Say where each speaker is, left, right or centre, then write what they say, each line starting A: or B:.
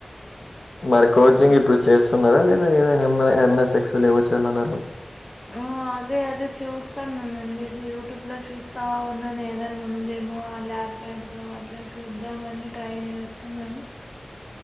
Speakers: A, on the left; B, on the left.
A: మరి కోచింగ్
B: ఉమ్.
A: ఇప్పుడు చేస్తున్నారా లేదా ఏదైనా ఎం ఎంఎస్ ఎక్సల్ ఏవో చేయాలన్నార
B: ఆ అదే అదే చూస్తా నేు ఉంది యూట్యూబ్ లో చూస్తా ఉన్నాను ఏదనా ఉందేమో ఆ ల్యాబ్ రాప్ లో అట్లా చూద్దామని ట్రై చేస్తున్నాను